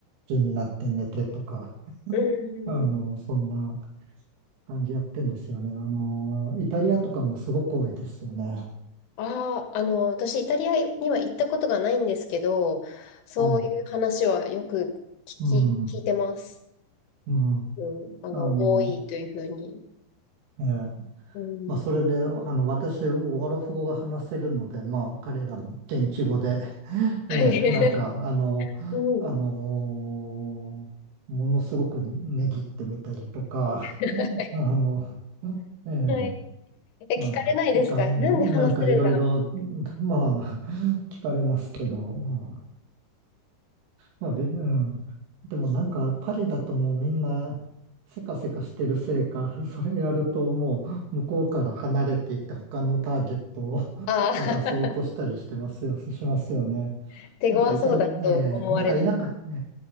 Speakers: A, on the right; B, on the left.
A: 土になって寝てとか、
B: うん。
A: あの、そんな感じやってんですよね。あの、イタリアとかもすごく多いですよね。
B: ああ、あの、私イタリアには行ったことがないんですけど、そういう話はよく聞き、
A: はい。うん、う
B: 聞いてます。
A: ん、
B: うん。あの、
A: あの、
B: 多いというふうに。
A: ええ。
B: うん。
A: まあ、それで、あの、私、オアロフ語が話せるので、まあ、彼らの現地語で、<laughs>
B: はい。
A: ええ、なんか、あの、
B: <laughs> うん。
A: あのーものすごくねぎってみたりとか、
B: <laughs>
A: <laughs> あの、ええ、
B: はい。え、聞かれないですかなんで話せるんだ
A: なんか、なんかいろいろ、
B: <laughs>
A: まあ、聞かれますけど、まあ、まあ、び <laughs> うん。でもなんかパリだともうみんなせかせかしてるせいか、<laughs> それやるともう向こうから離れていって他のターゲットを
B: ああ、
A: <laughs> 探そうとしたりしてますよ、しますよね。
B: <laughs> 手強そうだと思われて。
A: なんかイタリ、えー、なんか田舎、えー、